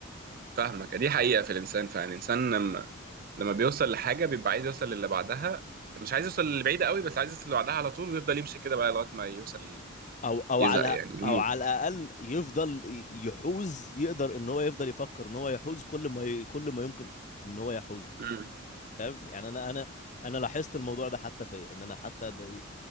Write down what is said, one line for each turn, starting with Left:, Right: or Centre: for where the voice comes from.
Right: فاهمك دي حقيقة في الإنسان فعلا الإنسان لما لما بيوصل لحاجة بيبقى عايز يوصل للي بعدها مش عايز يوصل للي بعيدة قوي بس عايز يوصل اللي بعدها على طول ويفضل يمشي كده بقى لغاية ما يوصل
Left: او او
Right: يزهق
Left: على
Right: يعني يموت
Left: او على الاقل يفضل ي- يحوز يقدر ان هو يفضل يفكر ان هو يحوز كل ما ي... كل ما يمكن ان هو يحوزه
Right: مم.
Left: فاهم يعني انا انا انا لاحظت الموضوع ده حتى فيا ان انا حتى ده